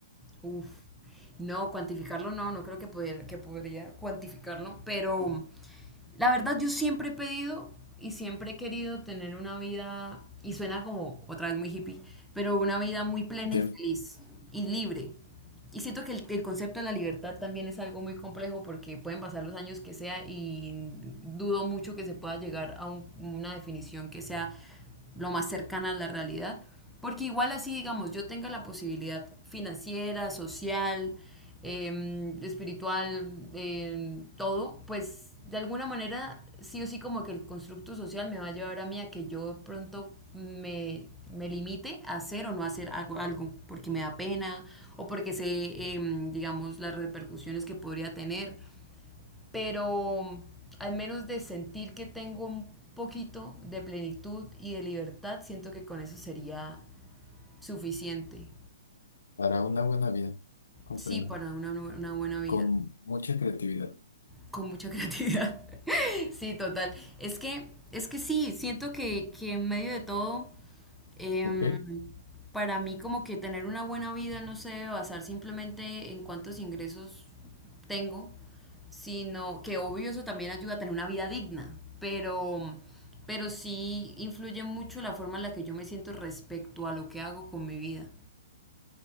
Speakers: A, in the centre; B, on the left.
A: Uf. No, cuantificarlo no, no creo que pudiera, que podría cuantificarlo, pero la verdad yo siempre he pedido y siempre he querido tener una vida, y suena como otra vez muy hippie, pero una vida muy plena
B: Bien,
A: y feliz y libre. Y siento que el, el concepto de la libertad también es algo muy complejo porque pueden pasar los años que sea y dudo mucho que se pueda llegar a un- una definición que sea lo más cercana a la realidad. Porque igual así, digamos, yo tenga la posibilidad financiera, social, eh, espiritual, eh, todo, pues de alguna manera sí o sí como que el constructo social me va a llevar a mí a que yo pronto me, me limite a hacer o no hacer algo, algo, porque me da pena o porque sé, eh, digamos, las repercusiones que podría tener pero al menos de sentir que tengo un poquito de plenitud y de libertad, siento que con eso sería suficiente,
B: para una buena vida, comprendo.
A: sí, para una, una buena vida.
B: Con mucha creatividad.
A: Con mucha creatividad. <laughs> Sí, total. Es que, es que sí, siento que, que en medio de todo, em,
B: ¿ok?
A: para mí como que tener una buena vida no se debe basar simplemente en cuántos ingresos tengo, sino que obvio eso también ayuda a tener una vida digna, pero, pero sí influye mucho la forma en la que yo me siento respecto a lo que hago con mi vida,